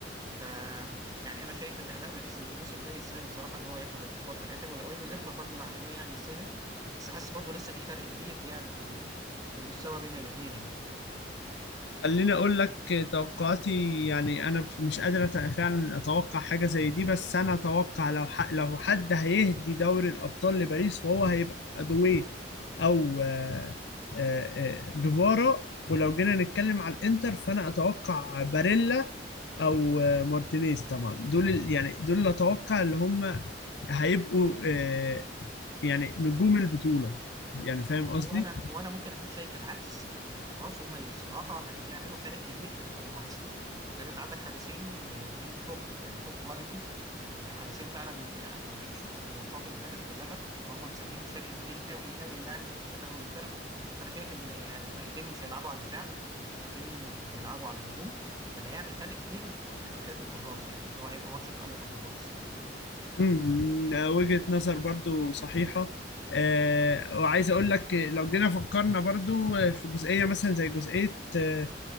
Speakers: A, on the right; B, on the left.
A: ف يعني انا شايف ان اداء باريس الموسم ده يستاهل الصراحه ان هو ياخد الابطال في الاخر ولو ان الانتر برضو اللي عملوه يعني يستاهل بس حاسس برضو لسه في فرق كبير يعني في ال... في المستوى بين الاثنين يعني
B: خليني اقول لك توقعاتي يعني انا مش قادر أت- فعلا اتوقع حاجه زي دي بس انا اتوقع لو ح... لو حد هيهدي دوري الابطال لباريس فهو هيبقى دوي او آه، آه، آه، جيفارا ولو جينا نتكلم على الانتر فانا اتوقع باريلا او آه، مارتينيز طبعا دول ال- يعني دول اللي اتوقع اللي هم هيبقوا آه، يعني نجوم البطوله يعني فاهم قصدي
A: هو انا هو انا ممكن اكون شايف العكس ان الحراس هم اللي الصراحه هيعملوا فارق كبير في ال- في الماتش لان انت عندك حارسين الاثنين توب يعني توب كواليتي آه، حارسين فعلا يعني لو جيت تشوفهم في الماتشات اللي فاتت كلها فهم مساهمين بشكل كبير قوي قوي يعني في تأهل الفرق فانا شايف ان يعني الفرقتين مش هيلعبوا على الدفاع الفرقتين هيلعبوا على الهجوم فاللي هيعمل فرق كبير يعني انا شايف الحراس يعني اللي هو هيبقى ماتش تألق الحراس
B: مم، وجهة نظر برضو صحيحة آه، وعايز أقول لك لو جينا فكرنا برضو في جزئية مثلا زي جزئية آه،